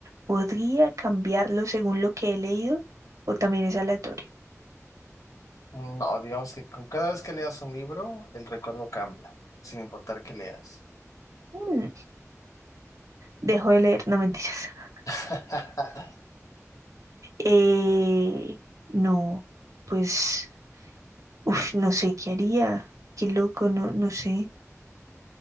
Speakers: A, on the right; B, on the left.
A: ¿podría cambiarlo según lo que he leído o también es aleatorio?
B: No, digamos que con cada vez que leas un libro, el recuerdo cambia, sin importar qué leas.
A: Mm, Dejo de leer, no mentiras. <laughs>
B: <laughs>
A: Eh, no, pues, uf, no sé qué haría. Qué loco, no, no sé.